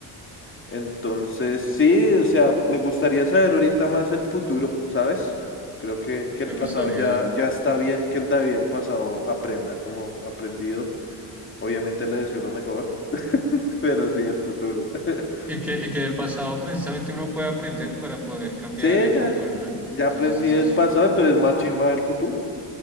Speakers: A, on the left; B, in the centre.
A: Entonces, sí, o sea, me gustaría saber ahorita más el futuro, ¿sabes? Creo que, que el
B: Me
A: pasado
B: gustaría...
A: ya, ya está bien, que el David del pasado aprenda como aprendido. Obviamente le deseo lo mejor, <laughs> pero sí el futuro. <laughs>
B: Y que, y que del pasado precisamente uno puede aprender para poder cambiar
A: Sí,
B: el
A: ya,
B: futuro, ¿no?
A: ya
B: Entonces
A: aprendí
B: eso
A: del
B: es,
A: pasado, entonces más chimba del futuro.